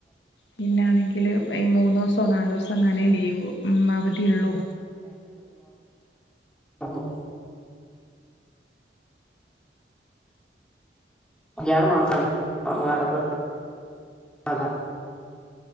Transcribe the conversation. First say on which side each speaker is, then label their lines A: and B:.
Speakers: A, on the left (about 85°); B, in the centre.
A: പിന്നൊണെങ്കിൽ ഈ മൂന്ന് ദിവസോ നാല ദിവസം അങ്ങനെ ലീവ് ഉം അവധിയള്ളു
B: മ് യാള് മാത്രാണ് ഉറങ്ങട അതാ